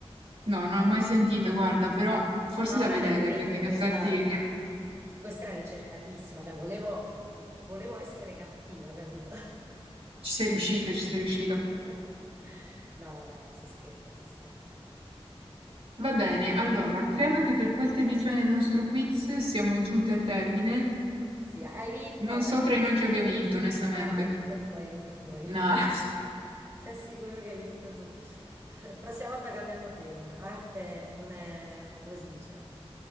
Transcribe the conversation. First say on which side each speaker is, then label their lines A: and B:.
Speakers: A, on the right; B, on the right.
A: No, non l'ho mai sentita, guarda, però forse
B: No,
A: da
B: vabbè,
A: vedere,
B: neanche
A: perché
B: io,
A: in effetti
B: questa,
A: <laughs>
B: questa era ricercatissima, cioè volevo, volevo essere cattiva, capito?
A: ci sei riuscita, ci sei riuscita.
B: <laughs> No, dai, si scherza, si scherza.
A: Va bene, allora, credo che per questa edizione del nostro quiz siamo giunti al termine.
B: Sì, hai vinto
A: Non
B: a mani
A: so tra
B: basse.
A: di noi chi abbia vinto, onestamente.
B: No, no, hai vinto tu, hai vinto tu. hai
A: No,
B: <laughs> vin-
A: <laughs>
B: Ti assicuro che hai vinto tu. <laughs> Prossima volta cambiamo tema. Arte non è, come si dice?